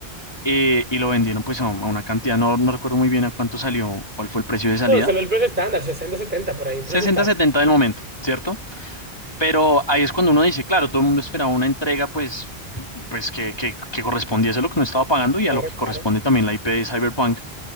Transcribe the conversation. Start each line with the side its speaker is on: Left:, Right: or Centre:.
Left: eh, y lo vendieron pues a, a una cantidad, no, no recuerdo muy bien a cuánto salió, cuál fue el precio de salida,
Right: No, solo el precio estándar, 60, 70 por ahí,
Left: 60,
Right: precio estándar.
Left: 70 del momento, ¿cierto? Pero ahí es cuando uno dice, claro, todo el mundo esperaba una entrega pues, pues que, que, que correspondía a lo que no estaba pagando y
Right: Claro,
Left: a lo que
Right: claro.
Left: corresponde también la IP de Cyberpunk,